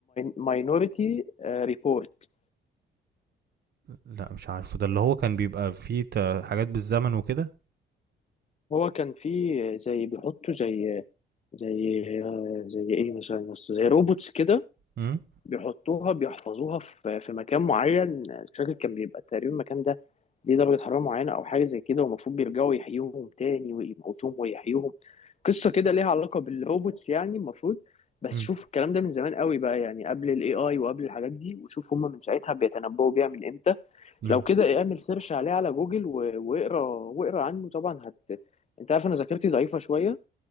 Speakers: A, on the left; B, on the right.
A: ماينوريتي ريبورت
B: لأ مش عارفه، ده اللي هو كان بيبقى فيه ت حاجات بالزمن وكده؟
A: هو كان فيه زي بيحطوا زي زي آه، زي ايه مثلا يا اسطى؟ زي روبوتس كده
B: إمم،
A: بيحطوها بيحفظوها في في مكان معين مش فاكر كان بيبقى تقريبا المكان ده ليه درجة حرارة معينة أو حاجة زي كده والمفروض بيرجعوا يحيوهم تاني ويموتوهم ويحيوهم قصة كده ليها علاقة بالروبوتس يعني المفروض بس
B: إمم،
A: شوف الكلام ده من زمان قوي بقى يعني قبل الاي اي وقبل الحاجات دي وشوف هما من ساعتها بيتنبؤوا بيها من امتى
B: إمم،
A: لو كده اعمل سيرش عليه على جوجل و- واقرا واقرا عنه طبعا هت انت عارف انا ذاكرتي ضعيفة شوية